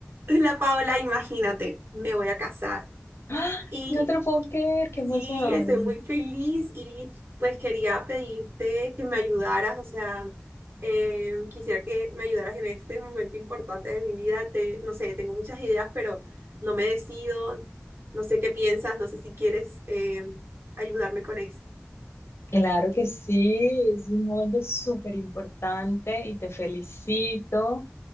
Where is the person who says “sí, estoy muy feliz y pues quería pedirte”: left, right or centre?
Right